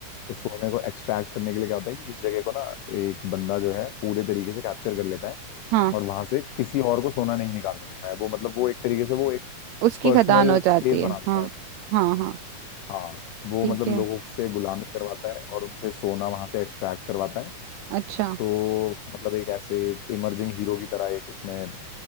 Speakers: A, on the left; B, on the right.
A: तो सोने को एक्सट्रैक्ट करने के लिए क्या होता है कि इस जगह को ना एक बंदा जो है पूरे तरीके से कैप्चर कर लेता है
B: हाँ
A: और वहां से किसी और को सोना नहीं निकालने देता है वो मतलब वो एक तरीके से वो एक
B: उसकी
A: पर्सनल
B: खदान हो जाती
A: स्पेस
B: है
A: बना देता
B: हाँ
A: है वो
B: हाँ हाँ
A: हाँ वो
B: ठीक
A: मतलब
B: है
A: लोगों से गुलामी करवाता है और उनसे सोना वहां से एक्सट्रैक्ट करवाता है
B: अच्छा
A: तो मतलब एक ऐसे एक इमर्जिंग हीरो की तरह एक उसमें